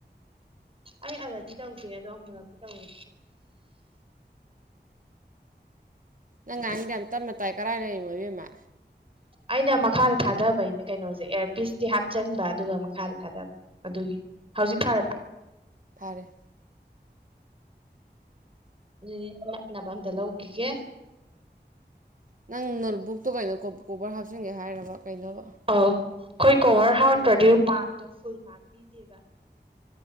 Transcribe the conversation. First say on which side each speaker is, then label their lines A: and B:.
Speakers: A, on the right; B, on the right.
A: ꯑꯩ ꯑꯦꯂ꯭ꯔꯖꯤ ꯇꯧꯗꯤꯌꯦ ꯑꯗꯣ ꯑꯃꯨꯛꯂꯛꯇꯤ ꯇꯧꯋꯦ
B: ꯅꯪ ꯉꯥꯡꯉꯤꯗꯣ ꯌꯥꯝ ꯇꯞꯅ ꯇꯥꯏ ꯀꯔꯥꯏ ꯂꯩꯔꯤꯃꯣ ꯏꯕꯦꯝꯃ
A: ꯑꯩꯅ ꯃꯈꯥꯗ ꯊꯥꯗꯕꯩꯅꯤ ꯀꯩꯅꯣꯁꯦ ꯑꯦꯌꯥꯔꯄꯤꯁꯇꯤ ꯍꯥꯞꯆꯤꯟꯕ ꯑꯗꯨꯒ ꯃꯈꯥꯗ ꯊꯥꯗꯕ ꯑꯗꯨꯒꯤ ꯍꯧꯖꯤꯛ ꯐꯔꯕ
B: ꯐꯔꯦ
A: ꯎ ꯅꯞꯅꯕ ꯑꯝꯇ ꯂꯧꯈꯤꯒꯦ
B: ꯅꯪ ꯅꯣꯠꯕꯨꯛꯇꯣ ꯀꯩꯅꯣ ꯀꯣꯕꯔ ꯍꯥꯞꯆꯤꯟꯒꯦ ꯍꯥꯏꯔꯕ ꯀꯩꯅꯣꯕ
A: ꯑꯧ ꯑꯩꯈꯣꯏ ꯀꯣꯚꯔ ꯍꯥꯎꯇ꯭ꯔꯗꯤ ꯃꯥꯔꯛꯇꯣ ꯐꯨꯜ ꯃꯥꯔꯛ ꯄꯤꯗꯦꯕ